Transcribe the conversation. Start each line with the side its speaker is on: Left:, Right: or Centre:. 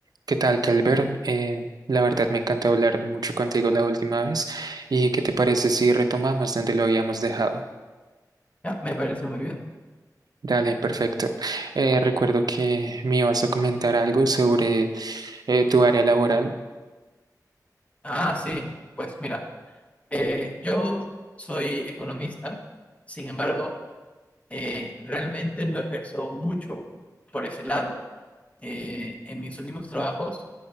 Right: ¿Qué tal, Calver? Eh, la verdad me encantó hablar mucho contigo la última vez. ¿Y qué te parece si retomamos donde lo habíamos dejado?
Left: Ya, me parece muy bien.
Right: Dale, perfecto. Eh, recuerdo que me ibas a comentar algo sobre eh, tu área laboral.
Left: Ah, sí, pues mira, eh, yo soy economista, sin embargo, eh, realmente lo ejerzo mucho por ese lado. Eh, en mis últimos trabajos